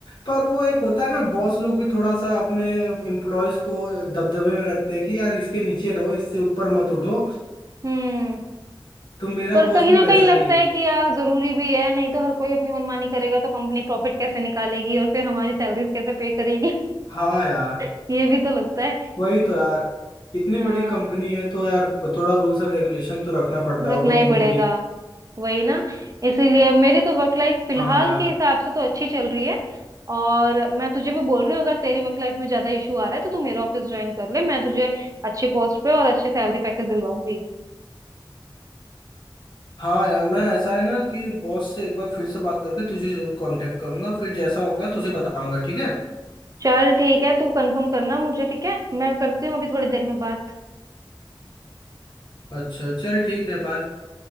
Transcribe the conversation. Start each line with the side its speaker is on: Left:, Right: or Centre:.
Left: पर वो एक होता है ना बॉस लोग भी थोड़ा सा अपने एम्प्लॉयज को दबदबे में रखते हैं कि यार इसके नीचे रहो इससे ऊपर मत उठो
Right: हम्म
Left: तो मेरा
Right: पर
Left: बॉस
Right: कहीं
Left: भी
Right: ना
Left: वैसा
Right: कहीं लगता
Left: ही है
Right: है कि यार जरूरी भी है नहीं तो हर कोई अपनी मनमानी करेगा तो कंपनी प्रॉफिट कैसे निकालेगी और फिर हमारी सैलरीज कैसे पे करेगी
Left: हाँ यार
Right: <laughs> ये भी तो लगता है
Left: वही तो यार इतनी
Right: हाँ
Left: बड़ी कंपनी है तो यार थोड़ा रूल्स और रेगुलेशन तो रखना पड़ता
Right: रखना
Left: होगा
Right: ही
Left: उनको
Right: पड़ेगा
Left: भी
Right: वही ना इसीलिए मेरी तो वर्क लाइफ फिलहाल
Left: हाँ यार
Right: के हिसाब से तो अच्छी चल रही है और मैं तुझे भी बोल रही हूँ अगर तेरी वर्क लाइफ में ज्यादा इशू आ रहा है तो तू मेरा ऑफिस ज्वाइन कर ले मैं तुझे अच्छे पोस्ट पे और अच्छे सैलरी पैकेज दिलवाऊंगी
Left: हाँ यार मैं ऐसा है ना कि बॉस से एक बार फिर से बात करके तुझे जरूर कांटेक्ट करूंगा फिर जैसा होगा तुझे बताऊंगा ठीक है
Right: चल ठीक है तू कंफर्म करना मुझे ठीक है मैं करती हूँ अभी थोड़ी देर में बात
Left: अच्छा चल ठीक है बाय